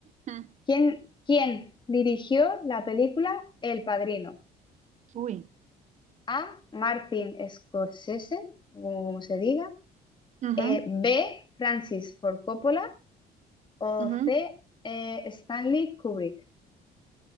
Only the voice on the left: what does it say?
¿Quién, quién dirigió la película El Padrino?
A. Martin Scorsese, o como se diga.
Eh, B. Francis Ford Coppola. O
C. eh, Stanley Kubrick.